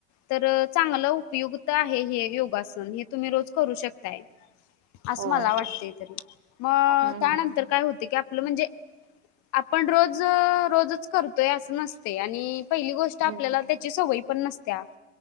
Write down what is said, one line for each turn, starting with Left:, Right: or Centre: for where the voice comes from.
Left: तर चांग उपयुक्त आहे हे योगासन हे तुम्ही रोज करू शकताय असं
Right: होय
Left: मला वाटत तरी मग
Right: हम्म
Left: त्यानंतर काय होते की आपलं म्हणजे आपण रोज रोजच करतोय असं नसते आणि पहिली गोष्ट
Right: हम्म
Left: आपल्याला त्याची सवयी पण नसत्या